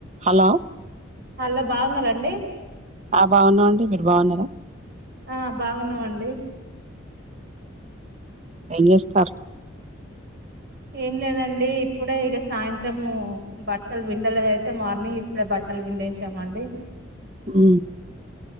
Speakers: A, on the right; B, on the right.
A: Hello
B: hello బాగున్నర అండి
A: ఆ బాగున్నాం అండి మీరు బాగున్నరా
B: ఆ బాగున్నమండి
A: ఏం జేస్తారు
B: ఏం లేదండి ఇప్పుడే ఇగ సాయంత్రము, బట్టలు విండలేదైతే మార్నింగ్ ఇప్పుడే బ. టల్ విండేశామండి
A: ఊ